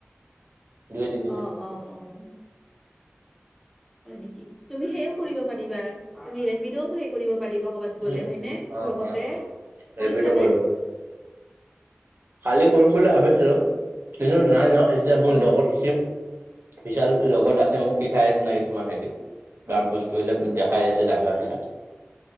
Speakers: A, on the right (about 60°); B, in the centre.
A: দুই-তিনি
B: অ', অ', অ'। হয় নেকি, তুমি সেও কৰিব পাৰিবা তুমি <unintelligible> কৰিব পাৰিবা কৰ'বাত গ'লে
A: উম
B: হয়নে
A: অ
B: লগতে
A: অ অ ৰেপিড'
B: কৰিছানে?
A: কৰিব পাৰ কালি কৰিম বুলি ভাবিছিলোঁ, কিন্তু নাই ন এতিয়া মোৰ
B: উম,
A: লগত চিম। বিশাল লগত আছে, মোক শিকাই আছে ন কিছুমান হেৰিত <unintelligible> বস্তুবিলাক দেখাই
B: অ',
A: আছে জাগা বিলাক।